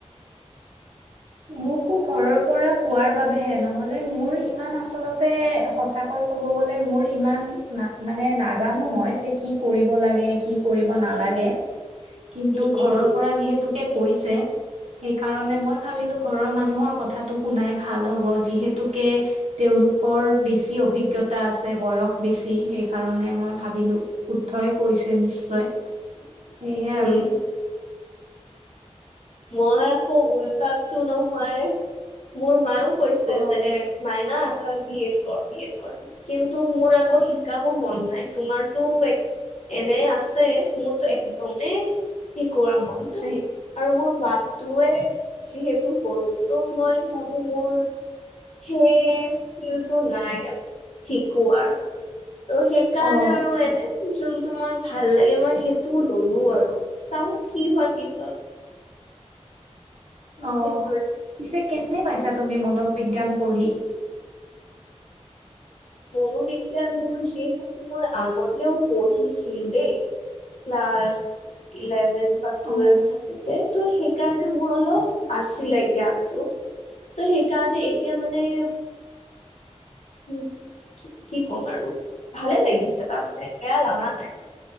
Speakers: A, on the right; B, on the left.
A: মোকো ঘৰৰ পৰা কোৱাৰ বাবেহে নহলে মোৰ ইমান আচলতে সচাকৈ ক'ব গ'লে মোৰ ইমান না মানে নাজানো মই যে কি কৰিব লাগে কি কৰিব নালাগে।
B: <unintelligible>
A: কিন্তু
B: উম
A: ঘৰৰ পৰা যিহেতুকে কৈছে, সেইকাৰণে মই ভাবিলো ঘৰৰ মানুহৰ কথাটো শুনাই ভাল হ'ব যিহেতুকে তেওঁলোকৰ বেছি অভিজ্ঞতা আছে বয়স বেছি সেইকাৰণে মই ভাবিলো। শুদ্ধই কৈছে নিশ্চয়।
B: <inaudible>
A: সেয়ে আৰু।
B: উম মই আকৌ উল্টাটো নহয়, মোৰ মায়েও কৈছে
A: অ
B: যে মাইনা তই বি এড কৰ বি এড কৰ। কিন্তু মোৰ আকৌ শিকাব মন নাই, তোমাৰতো এক এনে আছে, মোৰতো একদমেই শিকোৱাৰ মন নাই। আৰু মোৰ মাতটোৱে যিহেতু সৰু তো মই ভাবো মোৰ সেই স্কিলটো নাই আৰু শিকোৱাৰ ত' সেই কাৰণে
A: অ
B: আৰু এনে যোনটো মই ভাল লাগে মই সেইটো ললো আৰু চাও কি হয় পিছত।
A: অ
B: সেইটোয়ে।
A: পিছে কেনে পাইছা তুমি মনোবিজ্ঞান পঢ়ি!
B: মনোবিজ্ঞান মোৰ যিহেতু মই আগতেও পঢ়িছিলো দেই ক্লাছ ইলেভেন বা টুৱেল্ভ
A: অ অ
B: থাকো তে তো সেইকাৰণে মোৰ অলপ আছিলে জ্ঞানটো। ত সেইকাৰণে এতিয়া মানে উম, কি ক'ম আৰু ভালে লাগিছে তাৰমানে বেয়া লগা নাই।